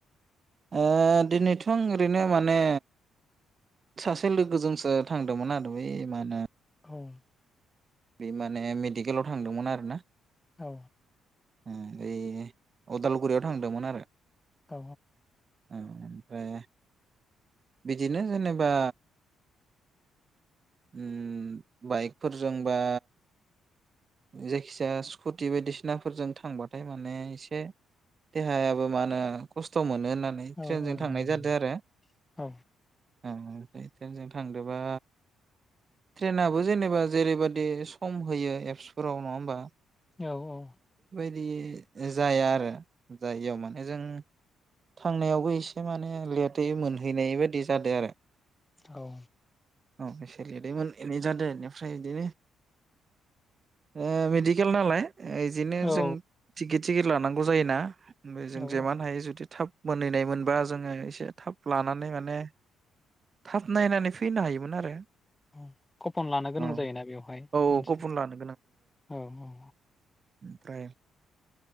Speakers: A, on the right; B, on the left.
A: ओ दिनैथ आं ओरैनो माने सासे लोगोजोंसो थांदोंमोन आरो बै मा होनो
B: उम
A: बे माने मेडिकेलाव थांदोंमोन आरो ना
B: औ
A: उम यै उदालगुरियावद थांदोंमोन आरो
B: औ
A: उम ओमफ्राय बिदिनो जेनेबा उम बाइकफोरजों बा जायखिजाया स्कुटि बायदिसिनाफोरजों थांबाथाय माने इसे देहायाबो मा होनो खस्थ मोनो। नानै
B: औ
A: ट्रेनजों
B: औ
A: थांनाय
B: मोनो
A: जादो
B: मोनो
A: आरो
B: औ
A: औ औ ट्रेनजों थांदोबा ट्रेनाबो जेनेबा जेरैबादि सम होयो एबसु फोराव नङा होमबा
B: औ औ
A: दि जाया आरो जाय इयाव माने जों थांनायावबो एसे माने लेटै मोनहैनाय बायदि जादों आरो
B: औ
A: औ इसे लेदै मोनहैनाय जादो। इनिफ्राय इदिनो ओ मेडिकेल नालाय ओ इजिनो
B: औ
A: जों टिकिट टिकिट लानांगौ जायोना ओमफाय जों
B: औ
A: जेमान हायो जुते थाब मोनहैनाय मोनबा जोङो इसे थाब लानानै माने थाब नायनानै फैनो हायोमोन आरो
B: उम कपुन लानो गोनां
A: औ
B: जायोना बेवहाय
A: औ
B: मोनसे
A: कपन लानो
B: औ औ औ
A: फ्राय